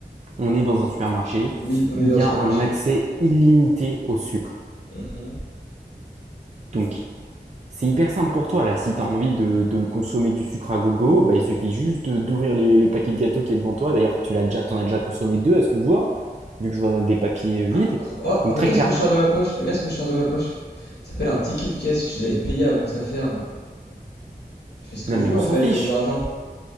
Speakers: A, on the right; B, on the left.
A: on est dans un supermarché,
B: Oui, on
A: il
B: est dans
A: y
B: le supermarché.
A: a un accès illimité au sucre.
B: Mhm.
A: Donc, C'est hyper simple pour toi, là. Si tu as envie de, de consommer du sucre à gogo, bah, il suffit juste de- d'ouvrir les- le paquet de gâteaux qui est devant toi. D'ailleurs, tu l'as déjà, t'en as déjà consommé deux, à ce que je vois, vu que je vois des papiers euh, vides.
B: Ah, re- oh,
A: Donc,
B: regarde
A: très clairement.
B: ce que je sors de ma poche. Regarde ce que je sors de ma poche. Ça s'appelle un ticket de caisse. Je les avais payés avant que ça ferme. Je fais ce que
A: Non,
B: je
A: mais
B: veux
A: on
B: en
A: s'en
B: fait
A: fiche.
B: de mon argent.